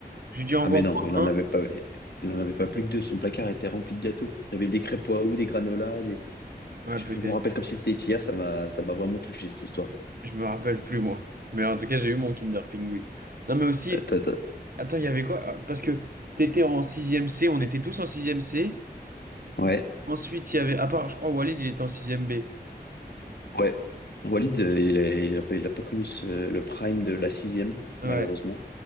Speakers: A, on the right (about 60°); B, on the left (about 75°).
A: je lui dis envoie-moi
B: Ah, mais non, il
A: un.
B: en avait pas, il en avait pas plus que deux. Son placard était rempli de gâteaux. Il y avait des crêpes Oahu, des granolas. Des...
A: Ouais,
B: Je,
A: peut-être.
B: je me rappelle comme si c'était hier. Ça m'a, ça m'a vraiment touché, cette histoire.
A: Je me rappelle plus, moi. Mais en tout cas, j'ai eu mon Kinder Pingui. Non, mais aussi,
B: Ta- ta- ta.
A: attends, il y avait quoi? Ah, Parce que t'étais en sixième C, on était tous en sixième C.
B: Ouais,
A: Ensuite, il y avait, à part, je crois, Walid, il était en sixième B.
B: ouais. Walid, euh, il a, il a pas, il a pas connu ce- le prime de la sixième,
A: Ouais.
B: malheureusement.